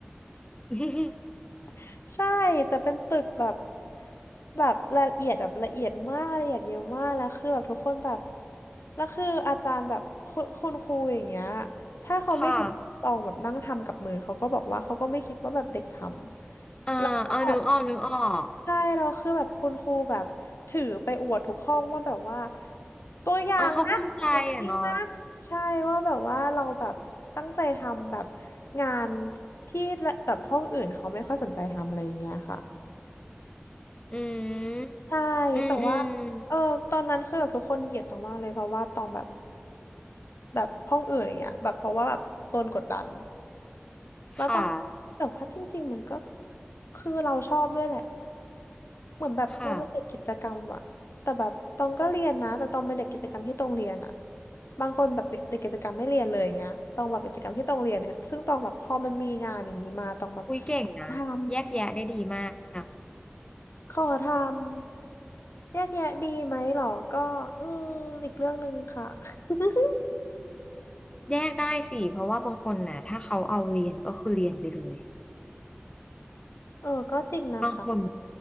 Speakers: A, on the left; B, on the left.
A: <laughs>
B: <laughs> ใช่แต่เป็นตึกแบบแบบละเอียดแบบละเอียดมากละเอียดเยอะมากแล้วคือแบบทุกคนแบบแล้วคืออาจารย์แบบคุณคุณครูอย่างเงี้ยถ้าเขาไม่เห็นตองแบบนั่งทำกับมือเขาก็บอกว่าเขาก็ไม่คิดว่าแบบเด็กท
A: ค่ะ
B: ำแล้วก็แบบ
A: อ่าเอานึกออกนึกออก
B: ใช่เราคือแบบคุณครูแบบถือไปอวดทุกห้องว่าแบบว่าตัวอย่างนะอย่างนี้นะ
A: เออเขาภูมิใจอ่ะเนาะ
B: ใช่ว่าแบบว่าเราแบบตั้งใจทำแบบงานที่แบบห้องอื่นเขาไม่ค่อยสนใจทำอะไรอย่างเงี้ยค่ะ
A: อืม
B: ใช่แต่อืมว่า
A: อืมอืม
B: เออตอนนั้นคือแบบทุกคนเกลียดตองมากเลยเพราะว่าตองแบบแบบห้องอื่นอย่างเงี้ยแบบเพราะว่าแบบโดนกดดันแล้วต้องแต่ว่าจริงๆมันก็
A: ค่ะ
B: คือเราชอบด้วยแหละ เหมือนแบบเราเป็นเด็กกิจกรรมอะ
A: ค่ะ
B: แต่แบบตองก็เรียนนะแต่ตองเป็นเด็กกิจกรรมที่ตองเรียนอะ บางคนแบบเด็กกิจกรรมไม่เรียนเลยอย่างเงี้ยตองแบบเป็นกิจกรรมที่ตองเรียนเนี่ยซึ่งตองแบบพอมันมีงานอย่างนี้มาตองแบบ
A: อุ้ยเก่งนะแยกแยะได้ดีมาก
B: ทำขอทำแยกแยะดีไหมหรอก็อืมอีกเรื่องหนึ่งค่ะ <laughs>
A: แยกได้สิเพราะว่าบางคนน่ะถ้าเขาเอาเรียนก็คือเรียนไปเลย
B: เออก็จริงนะคะ
A: บางคน